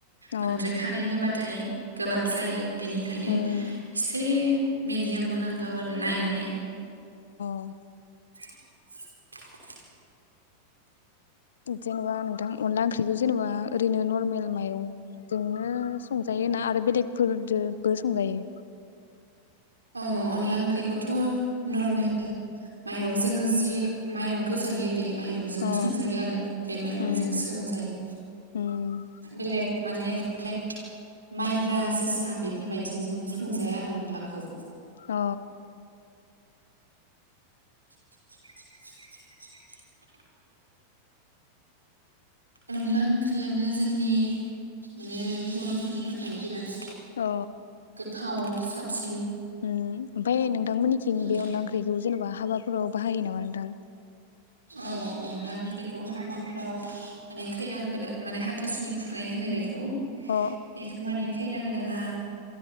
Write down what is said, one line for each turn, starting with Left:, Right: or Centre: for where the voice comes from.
Left: अ
Right: बांद्राय खारै होबाथाय गोबाब जायो। बेनिखायनो
Left: उम
Right: इसे मेडि याम होनांगौ आरो नायनानै
Left: अ
Right: <inaudible>
Left: जेनबा नोंथां अनला ओंख्रिखौ जेनेबा ओरैनो नरमेल माइरंजोंनो संजायो ना आरो बेलेगफोरजोबो संजायो?
Right: अ अनला ओंख्रिखौथ' नरमेल माइरंजों जि माइरंखौ जायो बे माइरंजोंनो
Left: अ
Right: संजायो आरो बे माइरंजोंसो
Left: उम
Right: संजायो
Left: उम
Right: बेलेग माने <unintelligible> माइब्रा जोसा बेफोरबायदिजों संजाया आरो अनलाखौ। <inaudible>
Left: अ
Right: <inaudible> अनला ओंख्रियानो जोंनि माने बरफोरनि थाखाय बिराद
Left: अ
Right: गोथाव साबसिन
Left: उम ओमफाय नों थां मोननिथिं
Right: उम
Left: बे अनला ओख्रिखौ जेनबा हाबाब फ्राव बाहायो नामा नोंथां?
Right: औ अनला ओंख्रिखौ हाबाफ्राव माने खैना गोदा माने हाथासुनि खुरनाय होनो बेखौ।
Left: अ
Right: बेखौ माने खैना गोदाना